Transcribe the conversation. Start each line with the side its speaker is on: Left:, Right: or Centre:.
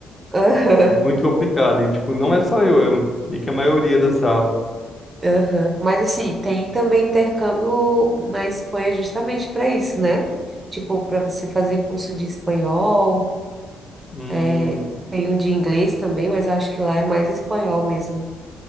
Right: Aham.
Left: <laughs> é muito complicado, e tipo, não é só eu, é meio que a maioria da sala.
Right: Aham. Mas assim, tem também intercâmbio na Espanha justamente para isso, né? Tipo, para você fazer curso de espanhol,
Left: Hum,
Right: é, tem um de inglês também, mas acho que lá é mais espanhol mesmo.